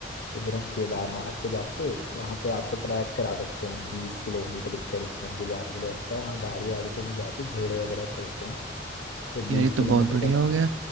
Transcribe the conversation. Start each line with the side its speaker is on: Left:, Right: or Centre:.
Left: तो फिर हम केदारनाथ को जाके वहाँ पे आपको ट्रैक करा सकते हैं हम बीस किलोमीटर ऊपर मंदिर जाने के लिए लगता है वहाँ गाड़ी वाड़ी तो नहीं जाती घोड़े वगैरह चलते हैं तो बीस
Right: यार ये तो
Left: किलोमीटर
Right: बहुत बढ़िया
Left: का
Right: हो गया